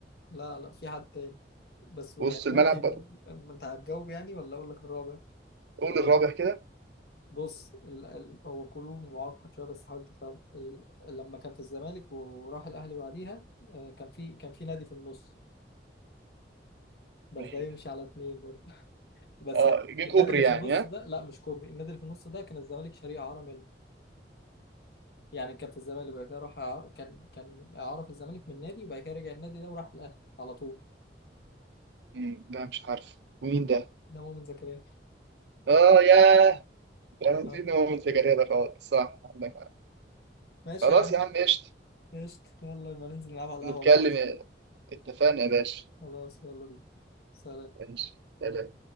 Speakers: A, on the left; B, on the right.
A: لا لا في حد تاني بس يعني
B: وسط
A: ممكن
B: الملعب
A: يبقى
B: برضه
A: ما انت هتجاوب يعني ولا اقول لك الرابع
B: قول
A: اقول
B: الرابع
A: لك
B: كده
A: بص ال... ال... هو كلو معقد شويه بس حاول تفهم ال... لما كان في الزمالك وراح الاهلي بعديها آه، كان في كان في نادي في النص بس
B: ما
A: ده
B: هي
A: يمشي
B: ده
A: على اتنين برضه <laughs> بس
B: اه
A: هو
B: جه
A: النادي
B: كوبري
A: اللي
B: يعني
A: في النص
B: ها
A: ده لا مش كوبري النادي اللي في النص ده كان الزمالك شاريه اعاره منه يعني كان في الزمالك وبعد كده راح إعارة- كان كان اعاره في الزمالك من نادي وبعد كده رجع النادي ده وراح الاهلي على طول
B: مم. ده مش عارف مين ده
A: ده مؤمن زكريا
B: اه ياه ده انا
A: آه.
B: نسيت هو من سجاريه ده خالص صح عندك حق
A: ماشي
B: خلاص
A: يا عم
B: يا عم قشطه
A: قشطة يلا يبقى ننزل نلعب على القهوه
B: نتكلم
A: بقى احسن
B: اتفقنا يا باشا
A: خلاص يلا بينا سلام
B: ماشي سلام.